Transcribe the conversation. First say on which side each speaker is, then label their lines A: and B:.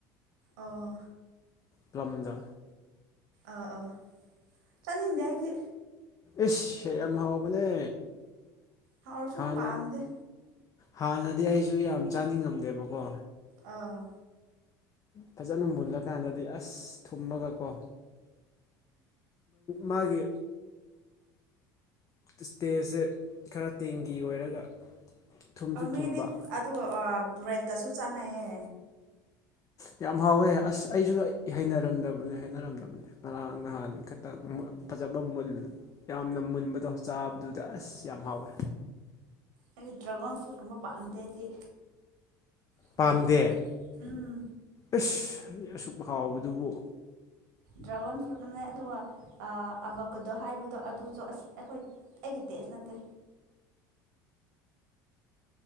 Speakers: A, on the right (about 80°); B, on the left (about 35°).
A: ꯑꯣ
B: ꯄꯝꯗ
A: ꯑ ꯑꯥ ꯆꯠꯗꯤꯏꯗꯤ
B: ꯏꯁ ꯌꯥꯝ ꯍꯥꯎꯕꯅꯦ
A: ꯍꯥꯎꯔꯁꯨ
B: ꯍꯥꯟꯅ
A: ꯄꯥꯝꯗꯦ
B: ꯍꯥꯟꯅꯗꯤ ꯑꯩꯁꯨ ꯌꯥꯝ ꯆꯥꯅꯤꯡꯉꯝꯗꯦꯕꯀꯣ
A: ꯑꯥ
B: ꯐꯖꯅ ꯃꯨꯜꯂꯀꯥꯟꯗꯗꯤ ꯑꯁ ꯊꯨꯝꯃꯒꯀꯣ ꯃꯥꯒꯤ ꯏꯁꯇꯦꯖꯁꯦ ꯈꯔ ꯇꯦꯡꯒꯤ ꯑꯣꯏꯔꯒ ꯊꯨꯝꯁꯨ ꯊꯨꯝꯕ
A: ꯃꯤꯗꯤ ꯑꯗꯨ ꯕ꯭ꯔꯦꯗꯀꯁꯨ ꯆꯥꯟꯅꯩꯌꯦ
B: ꯑ ꯌꯥꯝ ꯍꯥꯎꯋꯦ ꯑꯁ ꯑꯩꯁꯨ ꯍꯩꯅꯔꯝꯗꯕꯅꯤ ꯍꯩꯅꯔꯝꯗꯕꯅꯦ ꯉꯔꯥꯡ ꯅꯍꯥꯟ ꯈꯇꯪ ꯐꯖꯕ ꯃꯨꯟ ꯌꯥꯝꯅ ꯃꯨꯟꯕꯗꯣ ꯆꯥꯕꯗꯨꯗ ꯑꯁ ꯌꯥꯝ ꯍꯥꯎꯋꯦ
A: ꯑꯩꯒꯤ ꯗ꯭ꯔꯒꯣꯟ ꯐ꯭ꯔꯨ ꯇꯕ ꯄꯥꯝꯗꯦꯗꯤ ꯍꯩꯅꯗꯦ
B: ꯄꯥꯝꯗꯦ
A: ꯎꯝ
B: ꯏꯁꯁ ꯑꯁꯨꯛ ꯍꯥꯎꯕꯗꯨꯕꯨ
A: ꯗ꯭ꯔꯥꯒꯣꯟ ꯐ꯭ꯔꯨꯠ ꯑꯃ ꯂꯩ ꯑꯗꯨꯒ ꯑꯕꯀꯨꯗꯣ ꯍꯥꯏꯕꯗꯣ ꯑꯗꯨꯁꯨ ꯑꯁ ꯑꯩꯈꯣꯏ ꯑꯩꯒꯤ ꯇꯦꯁꯅ ꯇ
B: ꯑ